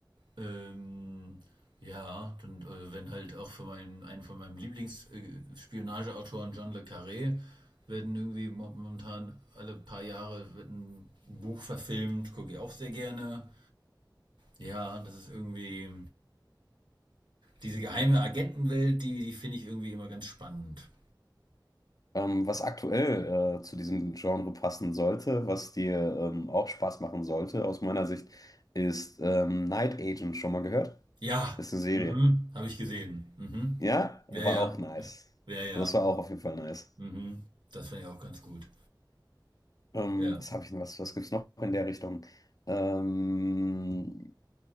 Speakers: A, on the right; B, on the left.
A: Ähm, ja, dann, äh, wenn halt auch für meinen, einen von meinem Lieblingsspionageautoren John Le Carré werden irgendwie mo- momentan alle paar Jahre wird ein Buch verfilmt, gucke ich auch sehr gerne. Ja, das ist irgendwie. Diese geheime Agentenwelt, die, die finde ich irgendwie immer ganz spannend.
B: Ähm, was aktuell äh, zu diesem Genre passen sollte, was dir ähm, auch Spaß machen sollte, aus meiner Sicht, ist ähm, Night Agent. Schon mal gehört?
A: Ja,
B: Ist eine Serie.
A: mhm, habe ich gesehen. Mhm.
B: Ja,
A: Ja,
B: war
A: ja,
B: auch nice.
A: ja, ja.
B: Das war auch auf jeden Fall nice.
A: Mhm. Das finde ich auch ganz gut.
B: Ähm,
A: Ja.
B: was habe ich denn? Was, was gibt's noch in der Richtung? Ähm,